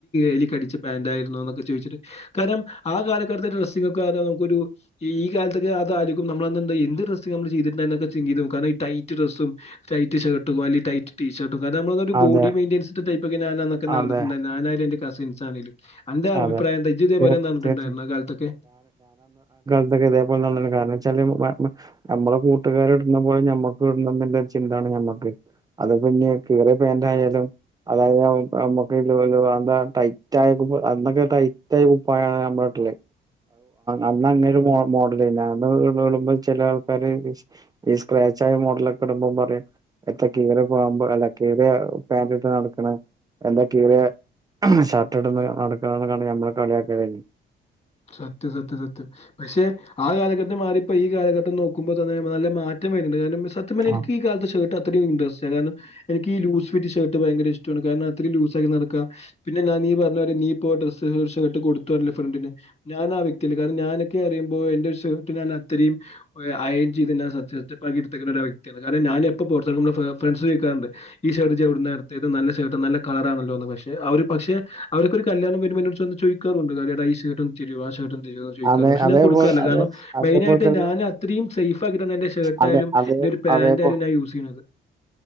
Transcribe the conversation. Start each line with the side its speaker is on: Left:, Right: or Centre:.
Left: എലി കടിച്ച പാന്റ് ആയിരുന്നു ന്നൊക്കെ ചോയിച്ചിട്ട് കാരണം ആ കാലഘട്ടത്തെ ഡ്രസ്സിങ് ഒക്കെ നമുക്കൊരു ഈ കാലത്തൊക്ക അത ആയി രിക്കും നമ്മള എന്ത് ഡ്രസ്സ് നമ്മ ചെയ്തിട്ടണ്ടൊക്കെിതി നോക്ക കാരണം ടൈറ്റ് ഡ്രസ്സും എയിട്ട് ഷർട്ട്‌ വാലി ടൈറ്റ് ടീ ഷർട്ട്‌ കാരണം നമ്മൊളൊരു
Right: അതെ
Left: ബോഡി മെയിൻന്റൻസ്ഡ് ടൈപ്പൊക്ക ഞാനന്നൊക്കെ
Right: അതെ
Left: നടന്നിട്ടുണ്ടായീന്നു ഞാനായാലും എന്റെ കസിൻസാണേലും അന്റൊ അഭിപ്രായന്താ
Right: അതെ
Left: ഇജ്ജ് തേ
Right: തീർ
Left: പോലെ നടന്നിട്ടുണ്ടായിരുന്നോ
Right: തീർച്ചയായും
Left: ആ കാലത്തൊക്കെ
Right: ഇതൊക്കെ ഇതേപോലെ നടന്ന് ക്കുന്നു കാരണം വെച്ചാല് നമ്മെ കൂട്ടുകാർ ഇടുന്ന പോലെ ഞമ്മക്ക് ഇടനന്നുള്ള ചിന്താണ് നമ്മക്ക് അതൊ- പിന്നെ കീറിയ പാൻറ് ആയാലും അതായത് നമ്മുക്ക് <unintelligible> ടൈറ്റ് ആയക്ക് അന്നൊക്കെ ടൈറ്റായ കുപ്പായാണ് നമ്മള്ടല് അന്ന അങ്ങന ഒരു മോഡലായിര ഇടുമ്പചില ആൾക്കാര് ഈ സ്ക്രാച്ചായാമോഡലൊക്കെ ഇടുമ്പ പറിംഎത്താക്കിറിയ പോകുമ്പോ അല്ല കീറിയ പാൻറ് ഇട്ട് നടക്കണ് എന്താ കീറിയേ <unintelligible> ഷർട്ട്ട് ഇടന്ന് നടക്കണ ഞമ്മളെ കളിയാക്കല് ഇനി
Left: സത്യം സത്യം സത്യം, പക്ഷെ ആ കാലഘട്ടം മാറി ഇപ്പ ഈ കാലഘട്ടം നോക്കുമ്പോ തന്നെ നല്ല മാറ്റം വരുന്നുണ്ട് കാരണം സത്യം എനിക്ക്ഈ
Right: ആഹ്
Left: കാലത്ത് ഷർട്ട് അത്ര അത്രിം ഇൻട്രസ്റ്റ് കാരണം എനിക്ക്ഈ ലൂസ്ഫിറ്റ് ഷർട്ട് ഭയങ്കര ഇഷ്ടാണ്, കാരണം അത്രിം ലൂസ് ആക്കി നടക്ക പിന്നെഞാൻ നീ <unintelligible> നീപ്പൊ ഡ്രസ്സ് ഷർട്ട്‌ കൊടുത്തുവല്ലേ ഫ്രണ്ടിന് ഞാൻ ആ വ്യക്തിയല്ല കാരണ ഞാനൊക്കെറിയുമ്പോ എന്റെ ഒരുഷർട്ട് ഞാൻ അത്തരിം അയേൻ ചെയ്തി സത്യയ്ട്ടും <unintelligible> ഒരു വ്യക്തിയാണ് ഞാനെപ്പോപുറത്തു പോകുമ്പോളും ഫ്രെണ്ട്സ് ചോദിക്കാറുണ്ട് ഈ ഷർട്ട്‌ ഇജ്ജ് എവിടുന്നാട്ത്ത് നല്ല ഷർട്ട്‌ നല്ല കളറാണല്ലോന്ന് പക്ഷെഅവര് പക്ഷെ അവർക്കൊരു കല്യാണം വരുമ്പോതിന് എന്നോട് ചോയിക്കാറുണ്ട് നോച്ച് വന്ന് ചോദിക്കാറുണ്ട് കാര്യ ഈ ഷർട്ട്‌ <unintelligible>
Right: അതെ
Left: പക്ഷേ
Right: അതേപോ
Left: ഞാൻ കൊടുക്കാറില്ല
Right: അതെ
Left: കാരണം
Right: അതേപോലെ
Left: മെയിനായിട്ട്
Right: തന്നെ
Left: ഞാൻ അത്രേം സേഫ് ആയിട്ടാണ് എന്റെ ഷർട്ടായാലും
Right: അതെ അതേ
Left: ഇ ഒരു പാന്റായി
Right: അതേപോ
Left: ഞാ യൂസ് ചെയ്യുന്നത്